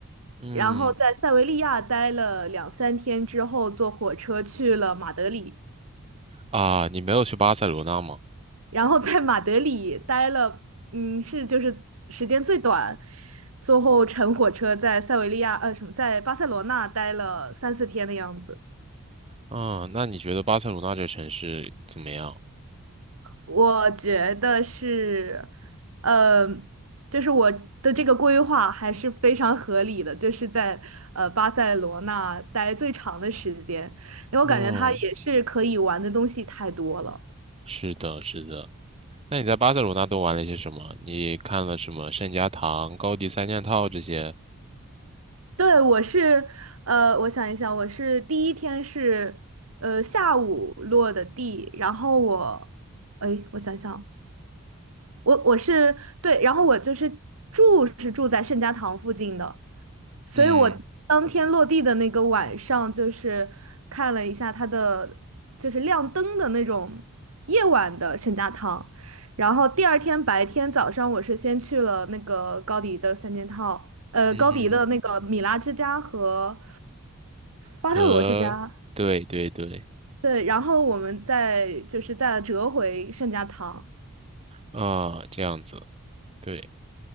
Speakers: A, on the right (about 30°); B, on the right (about 85°).
A: 嗯，
B: 然后在塞维利亚待了两三天之后，坐火车去了马德里，
A: 啊，你没有去巴塞罗那吗？
B: 然后在马德里待了嗯是就是时间最短，最后乘火车在塞维利亚呃什么在巴塞罗那待了三四天的样子。
A: 嗯，那你觉得巴塞罗那这城市怎么样？
B: 我觉得是，呃，就是我的这个规划还是非常合理的，就是在呃巴塞罗那待最长的时间，因为我感觉它也是可以玩的东西太多了。
A: 嗯，是的，是的。那你在巴塞罗那都玩了些什么？你看了什么圣家堂、高迪三件套这些？
B: 对，我是，呃，我想一想，我是第一天是，呃，下午落的地，然后我，哎，我想想，我我是对，然后我就是住是住在圣家堂附近的，所以我当天落地的那个晚上，
A: 嗯
B: 就是看了一下它的，就是亮灯的那种夜晚的圣家堂，然后第二天白天早上，我是先去了那个高迪的三件套，呃，
A: 嗯，
B: 高迪的那个米拉之家和巴特罗之家。
A: 和对对对，
B: 对，然后我们再就是再折回圣家堂。
A: 啊，这样子。对。